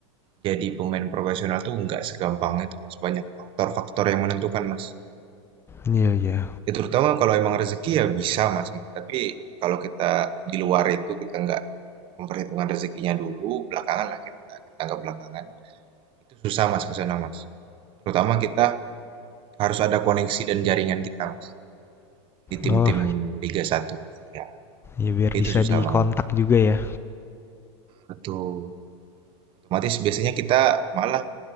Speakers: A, on the right; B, on the left.
A: jadi pemain profesional tuh nggak segampang itu, Mas. Banyak faktor-faktor yang menentukan, Mas.
B: iya. iya.
A: Ya, terutama kalau emang rezeki ya bisa, Mas, gitu. Tapi kalau kita di luar itu, kita nggak memperhitungkan rezekinya dulu, belakangan lah kita, kita nggak belakangan. Itu susah, Mas, ke sana, Mas. Terutama kita harus ada koneksi dan jaringan kita, Mas. Di tim-tim
B: Oh,
A: Liga Satu. Mas. Ya,
B: ya biar
A: itu
B: bisa
A: susah
B: dikontak
A: banget. Mas.
B: juga ya
A: Betul. Otomatis biasanya kita malah